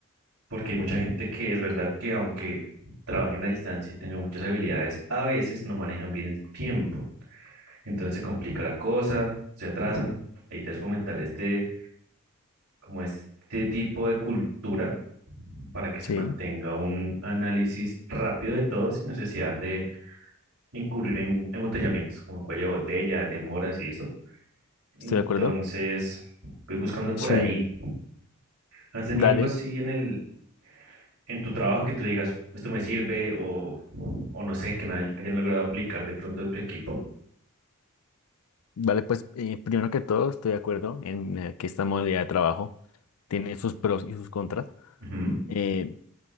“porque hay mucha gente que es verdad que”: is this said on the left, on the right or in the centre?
Right